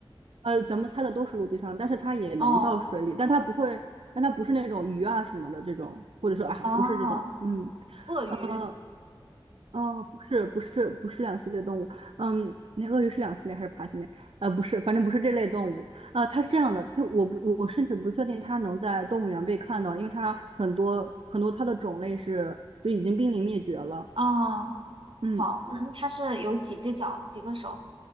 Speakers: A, on the right; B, on the right.
A: 呃，咱们猜的都是陆地上，但是它也能到水里，
B: 哦，
A: 但它不会，但它不是那种鱼啊什么的这种，或者说啊，
B: 哦，
A: 不是这种，嗯。
B: 鳄鱼，
A: 呃，哦，不是，不是，不是两栖类动物。嗯，那鳄鱼是两栖类还是爬行类？呃，不是，反正不是这类动物。呃，它是这样的，就我不，我甚至不确定它能在动物园被看到，因为它很多很多它的种类是就已经濒临灭绝了。
B: 哦，
A: 嗯，
B: 好，那它是有几只脚，几个手？